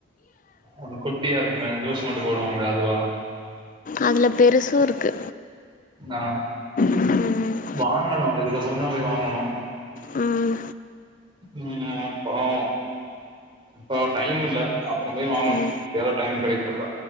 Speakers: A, on the right; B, on the left.
A: ஒன் குட்டியாருக்குமே அது ஜூஸ் மட்டு போடுவாங்களே அதுவா
B: அதுல பெருசு இருக்கு
A: ஆ
B: ம்
A: வாங்கணு இதுக்கப்புறோ தா போய் வாங்கணு
B: ம்
A: ம் அப்புறோ இப்போ டைமில்ல அப்புறோ போய் வாங்கணு
B: ம்
A: எப்பயாவது டைம் கெடைக்கிறப்ப